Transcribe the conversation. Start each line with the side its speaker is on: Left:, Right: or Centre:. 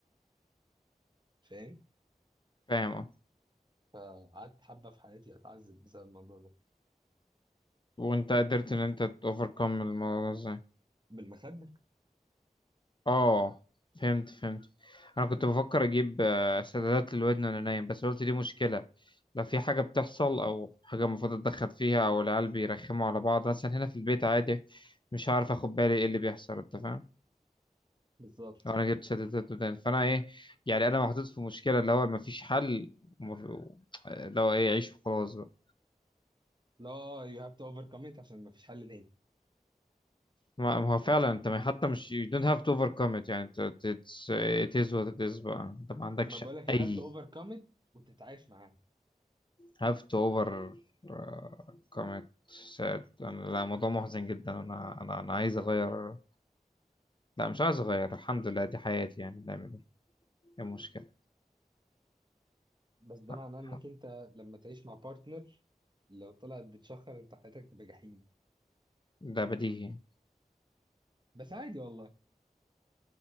Right: فاهم
Left: فاهم أه
Right: فقعدت حبة في حياتي أتعذب بسبب الموضوع ده
Left: وأنت قدرت إن أنت تأوفركم الموضوع ده إزاي
Right: بالمخدة
Left: اه فهمت فهمت انا كنت بفكر اجيب آه، سدادات للودن وانا نايم بس قلت دي مشكله لو في حاجه بتحصل او حاجه المفروض اتدخل فيها او العيال بيرخموا على بعض مثلا هنا في البيت عادي مش هعرف اخد بالي ايه اللي بيحصل انت فاهم
Right: بالظبط
Left: لو انا جبت سدادات ودان فانا ايه يعني انا محطوط في مشكله اللي هو مفيش حل ومف- لو ايه عيش وخلاص بقى
Right: لا you have to overcome it عشان مفيش حل تاني
Left: ما ما هو فعلا انت ما- حتى مش you don't have to overcome it يعني انت- it's- it is what it is بقى انت ما عندكش
Right: ما بقولك you
Left: اي
Right: have to overcome it وتتعايش معاها
Left: have to over uh, commit sad أنا لا موضوع محزن جدا أنا أنا أنا عايز أغير لا مش عايز أغير الحمد لله دي حياتي يعني نعمل إيه إيه المشكلة
Right: بس ده معناه
Left: الح-
Right: إنك أنت لما تعيش مع بارتنر لو طلعت بتشخر أنت حياتك تبقى جحيم
Left: ده بديهي
Right: بس عادي والله